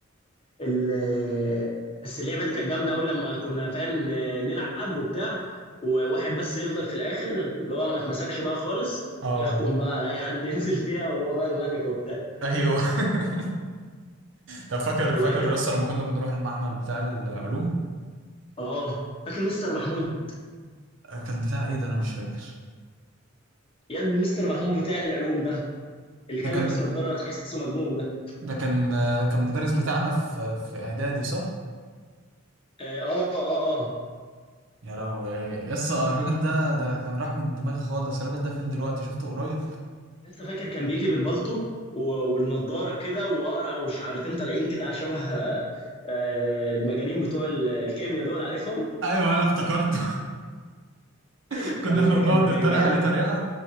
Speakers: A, on the left (about 25°); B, on the right (about 65°).
A: ال- بس اللعبه دي كانت جامده قوي لما كنا فاهم ن- نلعب وبتاع وواحد بس يفضل في الاخر اللي هو ما اتمسكش بقى خالص
B: اه
A: يحكم بقى على اي حد <laughs> ينزل فيها وهو بقى الملك وبتاع
B: ايوه <laughs> طب فاكر
A: والله
B: فاكر
A: كده
B: لسه لما كنا بنروح المعمل بتاع العلوم
A: اه فاكر مستر محمود
B: آه، كان بتاع ايه ده انا مش فاكر
A: ياد مستر محمود بتاع العلوم ده اللي كان
B: ده كان
A: لابس نظاره تحسه مجنون ده
B: ده كان آه، كان مدرس بتاعنا في في اعدادي صح
A: اه اه اه, آه.
B: يا لهوي ايه يسا الراجل ده ده كان راح من دماغي خالص الراجل ده فين دلوقتي شفته قريب
A: لسه فاكر كان بيجي بالبالطو و- والنضاره كده وقرع وشعرتين طالعين كده على شبه آه، آه، المجانين بتوع ال- الكيمياء دول عارفهم
B: ايوه انا افتكرت
A: <laughs>
B: <laughs> كنا
A: كان
B: احنا بنقعد
A: كان كان
B: نتريق
A: جامد
B: عليه تريقه